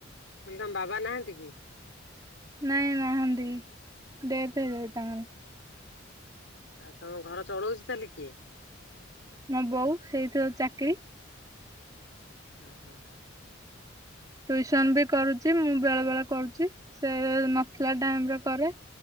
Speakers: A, on the left; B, on the right.
A: କ ତମ ବାବା ନାହାନ୍ତି କି?
B: ନାଇଁ ନାହାନ୍ତି ଡେଥ ହେଇ ଯାଇ ତାଙ୍କର।
A: ଆଉ ତମ ଘର ଚଳଉଛି ତାହଲେ କିଏ?
B: ମୋ ବୋଉ ସେଇଥିବ ଚାକିରି
A: ହ ହଁ <inaudible>
B: ଟ୍ୟୁଉସନ ବି କରୁଛି ମୁଁ ବେଳେ ବେଳେ କରୁଛି ସେ ନଥିଲା ଟାଇମ ରେ କରେ।